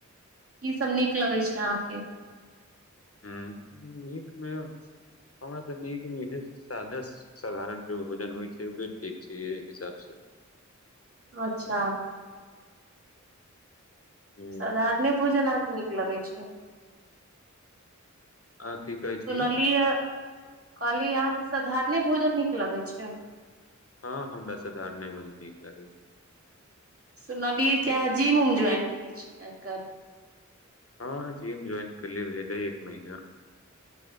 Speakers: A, on the right; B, on the left.
A: की सब नीक लगै छै अहाँके?
B: हु नीकमेॅ, हमरा त नीक मे सादा साधारण जे भोजन होइत छै ओहि ठीक छै एहि हिसाबसँ।
A: अच्छा।
B: हुं
A: साधारणे भोजन अहाॅंक नीक लगै छै?
B: आ की कहै
A: सुनलियै,
B: छी
A: कहली अहाँके साधारणे भोजन नीक लगै छै?
B: हँ, हमरा साधारणे भोजन नीक लगै छै।
A: सुनलियै की अहाॅं जिम-उम ज्वाइन केने छीयै आई-काल्हि।
B: हँ जिम ज्वाइन कैलियए भेलै हें एक महीना।